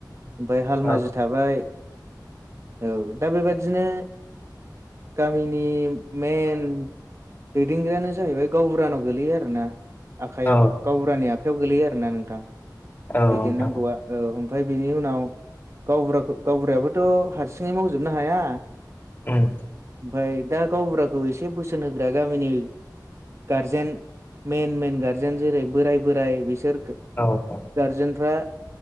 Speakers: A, on the right; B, on the left.
A: ओमफाय हालमाजि
B: औ
A: थाबाय औ दा बेबादिनो गामिनि मेन दैदेनग्रायानो जाहैबाय गावबुरानाव गोलैयो आरो ना आखाइयाव
B: औ
A: गावबुरानि आखायाव गोलैयो आरो ना नोंथां
B: औ
A: दैदेन
B: नोंथां
A: नांगौआ
B: उम
A: औ ओमफाय बेनि उनाव गावबुराखौ गावबुरायाबोथ हारसिङै मावजोबनो हाया
B: अह
A: ओमफाय दा गावबुराखौ एसे बोसोन होग्रा गामिनि गार्जेन मेन मेन गारजेन जेरै बोराय बोराय बिसोर
B: औ अ
A: गारजेनफ्रा